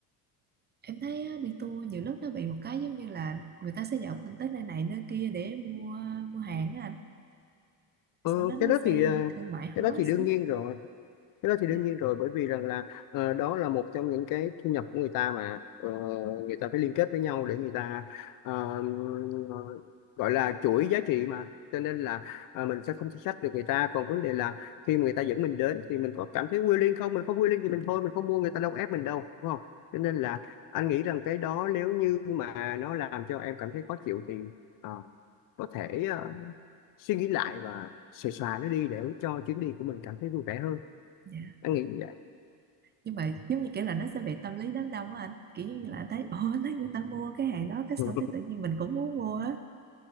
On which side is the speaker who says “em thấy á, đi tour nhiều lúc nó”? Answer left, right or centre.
Right